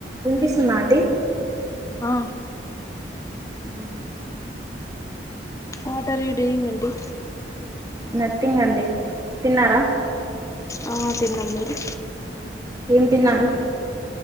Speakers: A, on the right; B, on the left.
A: వినిపిస్తుందా అండి
B: ఆ
A: మ్
B: వాట్ ఆర్ యూ డూయింగ్ అండి
A: నథింగ్ అండి తిన్నారా
B: ఆ తిన్నాం మీరు
A: ఏం తిన్నారు